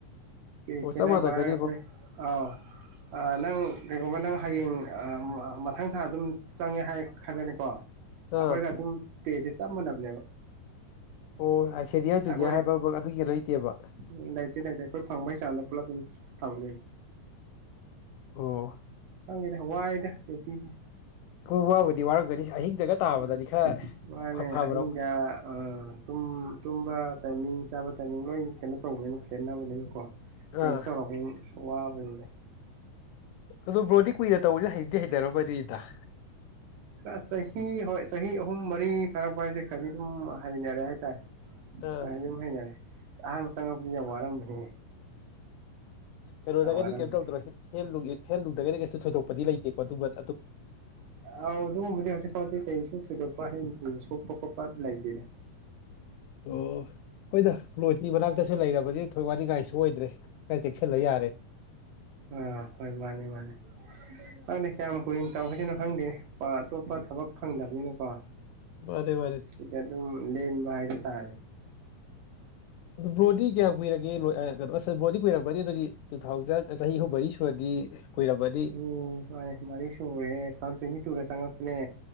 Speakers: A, on the right; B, on the left.
A: ꯀꯈꯦꯅ
B: ꯑꯣ ꯆꯞ ꯃꯥꯟꯅꯒꯅꯦꯕ
A: ꯔ ꯑꯩꯈꯣꯏ ꯑꯥꯎ ꯑ ꯅꯪ ꯀꯩꯒꯨꯝꯕ ꯅꯪ ꯍꯌꯦꯡ ꯃꯊꯪ ꯊꯥ ꯑꯗꯨꯝ ꯆꯪꯉꯦ ꯍꯥꯏ ꯈꯜꯂꯅꯤꯀꯣ
B: ꯑꯥ
A: ꯑꯈꯣꯏ ꯀ ꯑꯗꯨꯝ ꯄꯦꯁꯦ ꯆꯞ ꯃꯅꯕꯅꯦꯕ <inaudible>
B: ꯑꯣ ꯁꯦꯅꯤꯌꯔ ꯖꯨꯅꯤꯌꯔ
A: ꯑꯩꯈꯣꯏ
B: ꯍꯥꯏꯕ ꯑꯃ ꯑꯗꯨꯒꯤ ꯂꯩꯇꯦꯕ
A: ꯎ ꯂꯩꯇꯦ ꯂꯩꯇꯦ ꯑꯩꯈꯣꯏ ꯐꯪꯕꯩ ꯆꯥꯡꯗꯣ ꯄꯨꯂꯞ ꯑꯗꯨꯝ ꯐꯪꯗꯣꯢꯅꯤ
B: ꯑꯣ
A: ꯈꯪꯗꯦꯗ ꯋꯥꯏꯗ ꯗ꯭ꯌꯨꯇꯤꯖꯦ
B: ꯍꯣꯏ ꯋꯥꯕꯨꯗꯤ ꯋꯥꯔꯝꯒꯅꯤ ꯑꯍꯤꯡꯗꯒ ꯇꯥꯕꯗꯗꯤ
A: ꯎꯝ
B: ꯈꯔ
A: ꯃꯥꯅꯦ
B: ꯐꯕ꯭ꯔꯣ
A: ꯑꯍꯤꯡꯗ ꯑ ꯇꯨꯝ ꯇꯨꯝꯕ ꯇꯥꯏꯃꯤꯡ ꯆꯥꯕ ꯇꯥꯏꯃꯤꯡ ꯂꯣꯏ ꯀꯩꯅꯣ ꯇꯧꯕꯅꯤꯅ ꯈꯦꯠꯅꯕꯅꯤꯅꯀꯣ ꯆꯦꯟꯁ
B: ꯑꯥ
A: ꯇꯧꯔꯛ ꯋꯥꯕꯅꯤꯗ
B: ꯑꯗꯣ ꯕ꯭ꯔꯣꯗꯤ ꯀꯨꯏꯅ ꯇꯧꯕꯅꯤꯅ ꯍꯩꯗꯤ ꯍꯩꯩꯅꯔꯝꯃꯅꯤꯗ
A: ꯈꯔ ꯆꯍꯤ ꯍꯣꯏ ꯆꯍꯤ ꯑꯍꯨꯝ ꯃꯔꯤ ꯐꯥꯔꯛꯄ ꯍꯥꯏꯁꯦ ꯈꯔꯗꯤ ꯑꯗꯨꯝ ꯍꯩꯅꯔꯦ ꯍꯥꯏꯇꯥꯔꯦ
B: ꯑꯥ
A: ꯑ ꯑꯗꯨꯝ ꯍꯩꯅꯔꯦ ꯑꯁ ꯑꯍꯥꯟꯕ ꯆꯪꯉꯛꯄꯗꯗꯤ ꯌꯥꯝ ꯋꯥꯔꯝꯕꯅꯤ
B: ꯀꯩꯅꯣꯗꯒꯗꯤ
A: ꯋꯥꯔꯝꯕꯅꯦ
B: ꯀꯩꯝ ꯇꯧꯗ꯭ꯔꯣ ꯍ ꯍꯦꯟꯂꯨꯡꯗꯒꯗꯤ ꯀꯩꯁꯨ ꯊꯣꯏꯗꯣꯛ ꯄꯗꯤ ꯂꯩꯇꯦꯀꯣ ꯑꯗꯨꯕꯨ
A: ꯑꯥꯎ ꯑꯗꯨꯒꯨꯝꯕꯗꯤ ꯍꯧꯖꯤꯛ ꯐꯥꯎꯕꯗꯤ ꯀꯩꯁꯨ ꯊꯣꯢꯗꯣꯛꯄꯗꯤ ꯄ ꯍꯦꯟ ꯁꯣꯛꯄ ꯈꯣꯠꯄ ꯂꯩꯇꯦꯗ
B: ꯑꯣ ꯍꯣꯢꯗ ꯄ꯭ꯂꯣꯠꯀꯤ ꯃꯅꯥꯛꯇꯁꯨ ꯂꯩꯔꯕꯗꯤ ꯊꯣꯏ ꯋꯥꯅꯤ ꯀꯥꯏꯁꯨ ꯑꯣꯏꯗ꯭ꯔꯦ ꯈꯔ ꯆꯦꯛꯁꯤꯜꯂ ꯌꯥꯔꯦ
A: ꯑꯥ ꯍꯣꯏ ꯃꯥꯅꯤ ꯃꯥꯅꯤ ꯈꯪꯗꯦ ꯀꯌꯥꯝ ꯀꯨꯔꯤꯅ ꯇꯧꯁꯤꯅꯣ ꯈꯪꯗꯦꯅꯦ ꯑꯇꯣꯞꯄ ꯊꯕꯛ ꯐꯪꯗꯕꯅꯤꯅꯀꯣ
B: ꯃꯥꯅꯦ ꯃꯥꯅꯦ
A: ꯁꯤꯗ ꯑꯗꯨꯝ ꯂꯦꯟ ꯍꯥꯏꯗꯣ ꯇꯥꯔꯦ
B: ꯕ꯭ꯔꯣꯗꯤ ꯀꯌꯥꯝ ꯀꯨꯏꯔꯒꯦ ꯀꯩꯅꯣꯁ ꯕ꯭ꯔꯣꯗꯤ ꯀꯨꯏꯔꯛꯄꯅꯤ ꯑꯗꯨꯗꯤ ꯇꯨ ꯊꯥꯎꯖꯟ ꯆꯍꯤ ꯑꯍꯨꯝ ꯃꯔꯤ ꯁꯨꯔꯗꯤ ꯀꯨꯏꯔꯝꯃꯅꯤ
A: ꯎꯝ ꯃꯥ ꯃꯥꯔꯤ ꯁꯨꯔꯦ ꯊꯥꯟ ꯊꯅꯤ ꯇꯨꯗ ꯁꯪꯛꯄꯅꯦ